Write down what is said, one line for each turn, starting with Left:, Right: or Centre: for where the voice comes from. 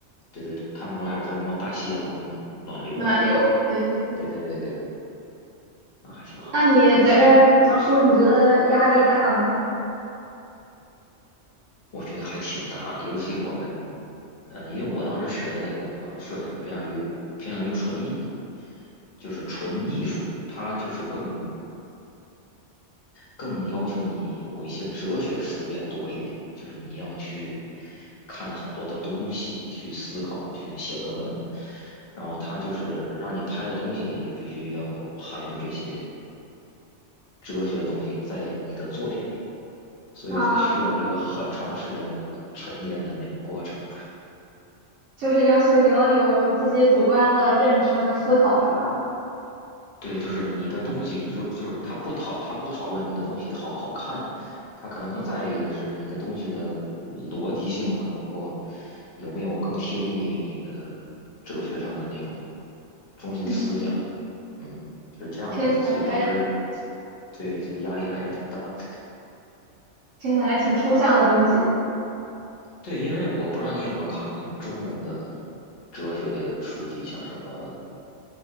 Left: 对对对，他们说还有什么大西洋暖流，
Right: 暖流，对对。
Left: 对对对对，那还挺好的，
Right: 那你在这儿读书，
Left: 格拉斯哥，
Right: 你觉得压力大吗？
Left: 我觉得还挺大的，尤其我们，呃，因为我当时学的那个摄影偏向于偏向于纯艺，就是纯艺术，它就是更。更要求你有一些哲学思辨多一点，就是你要去看很多的东西，去思考，去写论文，然后它就是让你拍的东西里也必须要有含有这些哲学的东西在你的作品里，所以它需要一个很长时间的沉淀的那种过程。
Right: 啊，就是要求你要有自己主观的认知和思考，是吧？
Left: 对，就是你的东西，就就是他不讨他不讨论你的东西好不好看，他可能更在意的是你的东西的逻辑性啊，包括有没有更贴近于你的哲学上的那种中心思想，
Right: 嗯，
Left: 嗯，是这样的一个，
Right: 听起来还
Left: 所以当时对就压力还是挺大的。
Right: 听起来挺抽象的东西
Left: 对，因为我不知道你有没有看过那种中文的的书籍，像什么